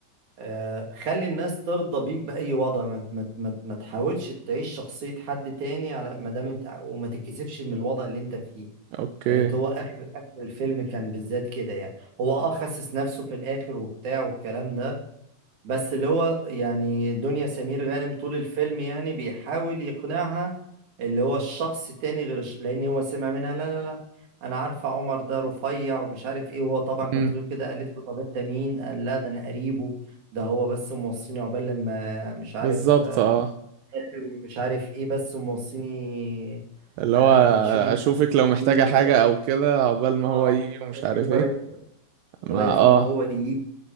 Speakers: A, on the right; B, on the right.
A: آه خلي الناس ترضى بيك بأي وضع ما ما ما ما تحاولش تعيش شخصية حد تاني على ما دام انت وما تتكسفش من الوضع اللي انت فيه
B: أوكي
A: كانت هو اخر اخر الفيلم كان بالذات كده يعني هو اه خسس نفسه في الاخر وبتاع والكلام ده بس اللي هو يعني دنيا سمير غانم طول الفيلم يعني بيحاول يقنعها اللي هو الشخص التاني غير الش... لان هو سمع منها لا لا لا انا عارفه عمر ده رفيع ومش عارف ايه وهو طبعا كان
B: امم
A: طويل كده قالت له طب انت مين قال لا ده انا قريبه ده هو بس موصيني عقبال لما مش عارف
B: بالظبط
A: آه،
B: اه
A: مش عارف ايه بس موصيني
B: اللي
A: آه،
B: هو
A: اشوف انت
B: أشوفك
A: عامله
B: لو محتاجة
A: ايه والكلام
B: حاجة أو كده عقبال ما
A: آه،
B: هو يجي ومش
A: الحاجات
B: عارف
A: دي لغاية
B: ايه
A: لغاية
B: ما اه
A: لما هو يجي